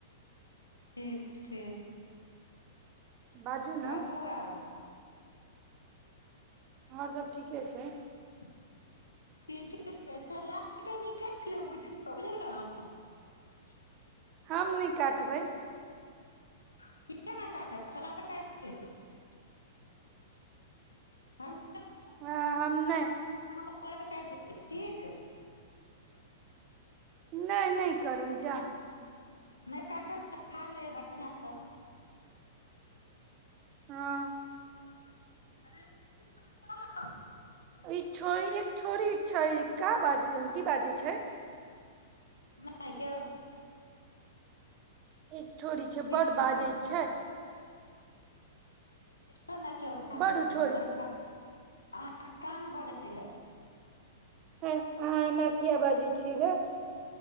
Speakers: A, on the left; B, on the right.
A: ठीक ठीक
B: बाजू ने
A: कहू आओर
B: और सब ठीके छै
A: <unintelligible>
B: हम नहि काटबै
A: <unintelligible> हुँ
B: हँ हम ने
A: <unintelligible> ठीक
B: नहि नहि करब जा
A: नै काटब त खा लेब बढियाँ स
B: हाँ
A: <unintelligible>
B: ई छोड़ एक छोड़ छै क बाज की बाजै छै
A: <unintelligible>
B: ठीक छोरी छै
A: किछो
B: बड बाजै
A: नहि
B: छै
A: <unintelligible>
B: बड छोरी हँ अहाँ एना किएक बाजै छियै ग